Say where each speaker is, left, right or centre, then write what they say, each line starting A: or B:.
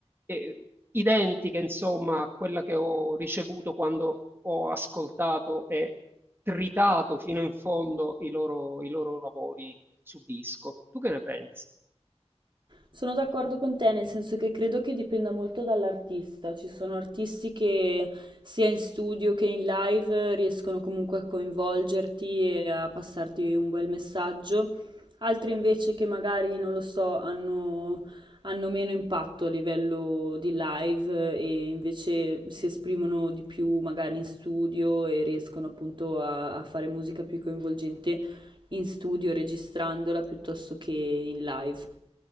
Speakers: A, on the right; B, on the right.
A: eh, identiche, insomma, a quella che ho ricevuto quando ho ascoltato e tritato fino in fondo i loro, i loro lavori su disco. Tu che ne pensi?
B: Sono d'accordo con te, nel senso che credo che dipenda molto dall'artista. Ci sono artisti che sia in studio che in live eh, riescono comunque a coinvolgerti e a passarti un bel messaggio, altri invece che magari, non lo so, hanno, hanno meno impatto a livello di live eh, e invece si esprimono di più magari in studio e riescono appunto a, a fare musica più coinvolgente in studio registrandola piuttosto che in live.